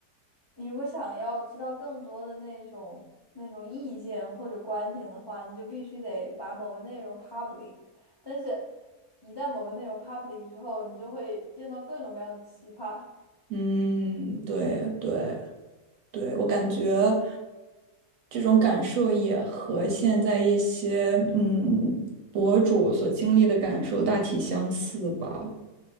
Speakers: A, on the left; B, on the right.
A: 你如果想要知道更多的那种那种意见或者观点的话，你就必须得把某个内容 public。但是，一旦某个内容 public 之后，你就会见到各种各样的奇葩。
B: 嗯，对对对，我感觉这种感受也和现在一些嗯博主所经历的感受大体相似吧。